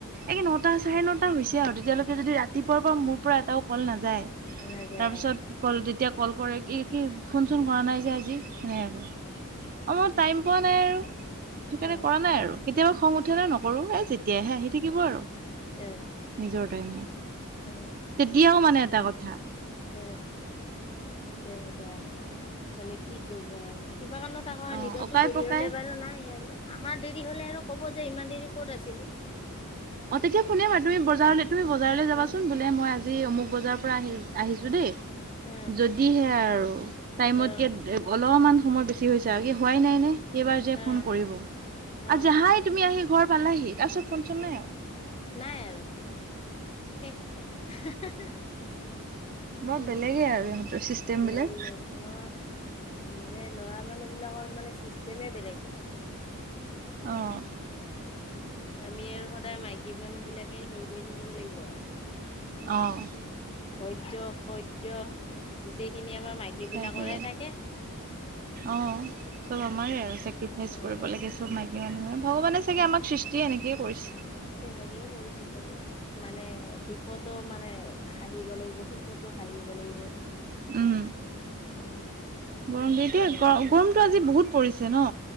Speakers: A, on the right (about 40°); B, on the left (about 25°).
A: এইে নটা চাৰে নটা হৈছে আৰু তেতিয়ালৈকে যদি ৰাতিপুৱাৰ পৰা মোৰ পৰা এটাও কল না। যায়
B: নাযায়
A: তাৰ
B: আৰু
A: পিছত কল তেতিয়া কল কৰে কি কি ফোন চোন কৰা নাই যে আজি। সেনেকে কয়, অ মই টাইম পোৱা নাই আৰু সেইকাৰণে
B: অ
A: কৰা নাই আৰু। কেতিয়াবা খং উঠিলে নকৰো। এ যেতিয়াহে আহি থাকিব আৰু
B: এ
A: নিজৰ টাইমত।
B: এ
A: তেতিয়াও মানে এটা কথা।
B: এ তেনেকুৱাই। মানে কি কব আৰু। কিবা কাৰণত আকৌ
A: অ
B: নিজৰটো
A: অকাই
B: দেৰি
A: পকাই
B: হলে বাৰু নাই আৰু। আমাৰ দেৰি হলে আৰু ক'ব যে ইমান দেৰি ক'ত আছ দিলো।
A: অ তেতিয়া শুনে আৰু তুমি বজাৰলে তুমি বজাৰলে যাবাচোন
B: অ
A: বোলে মই আজি অমুক বজাৰৰ পৰা আহি আহিছো দেই।
B: অ
A: যদিহে আৰু টাইমতকে
B: অ
A: অলপমান সময় বেছি হৈছে আৰু কি হোৱাই নাই নে? কেইবাৰ যে
B: অ
A: ফোন কৰিব,
B: অ
A: আৰু জাহাই তুমি আহি ঘৰ পালাহি তাৰপিছত ফোনচোন নাই আও।
B: নাই আৰু। শেষ <unintelligible>
A: বৰ
B: এ
A: বেলেগে আৰু ইহঁতৰ চিষ্টেম
B: বেলেগ
A: বিলাক
B: অ মানে লৰা মানুহ বিলাকৰ মানে চিষ্টেমে বেলেগ। উ <unintelligible>
A: অঁ
B: আমি আৰু সদায় মাইকী মানুহ বিলাকে হেৰি কৰি থাকিব লাগিব আৰু।
A: অঁ
B: ধৈৰ্য্য সৰ্য গোটেইখিনি আমাৰ মাইকী
A: তাকে
B: বিলাকৰহে থাকে।
A: অ চব
B: উম
A: আমাৰে আৰু চেক্ৰিফাইচ
B: অ
A: কৰিব লাগে চব মাইকী মানুহৰে ভগৱানে চাগে
B: উম
A: আমাক সৃষ্টি এনেকে কৰিছে।
B: তেনেকেই কৰিছে চাগে মানে দুখতো মানে হাঁহিব লাগিব সুখতো হাঁহিব লাগিব
A: উম
B: উম
A: গৰম দ এতিয়া
B: তেনেকুৱাই
A: গ গৰমতটো আজি বহুত পৰিছে ন